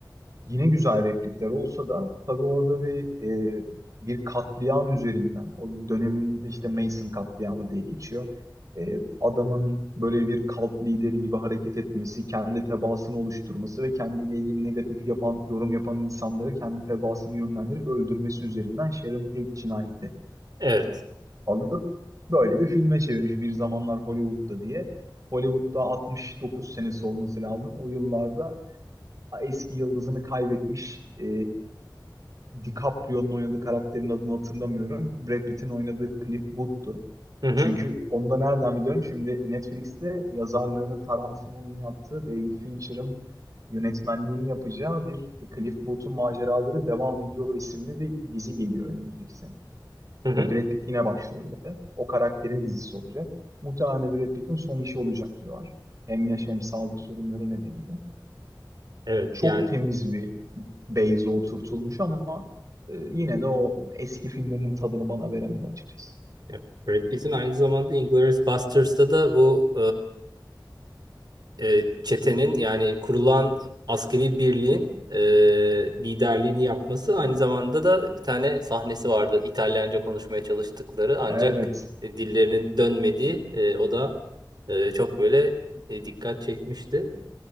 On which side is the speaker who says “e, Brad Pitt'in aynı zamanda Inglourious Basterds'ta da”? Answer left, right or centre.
Right